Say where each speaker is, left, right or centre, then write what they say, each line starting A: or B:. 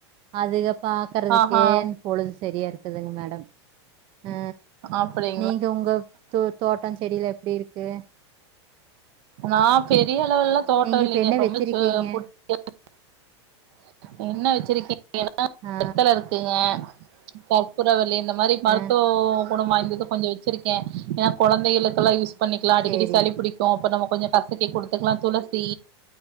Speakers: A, on the right (about 35°); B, on the right (about 60°).
A: அதுக பாக்கறதுக்கே
B: ஆஹா
A: பொழுது சரியா இருக்குதுங்க மேடம் ஆ
B: அப்டி
A: நீங்க உங்க தோ தோட்டோ செடியெல்லா எப்டி இருக்கு
B: நா பெரிய அளவெல்லா தோட்டோ
A: நீங்க
B: இல்லைங்க
A: இப்ப என்ன
B: ரொம்ப
A: வச்சிருக்கீங்க
B: சு குட் <inaudible> என்ன வெச்சிருக்கீங் <inaudible>
A: ஆ
B: வெத்தல இருக்குங்க கற்பூறவல்லி இந்த மாரி மருத்துவோ
A: ஆ
B: குணமா இந்த இது கொஞ்சோ வெச்சிருக்கே ஏனா கொழந்தைகளுக்கெல்லா யூஸ் பண்ணிக்கலா அடிக்கடி
A: சேரிங்
B: சளி புடிக்கு அப்ப நம்ம கொஞ்சோ கசக்கி குடுத்துக்கலா துளசி